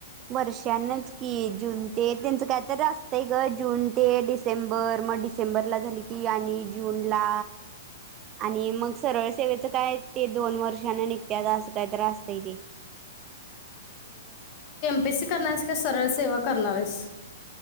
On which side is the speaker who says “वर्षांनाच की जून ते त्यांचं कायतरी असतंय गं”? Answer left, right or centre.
Right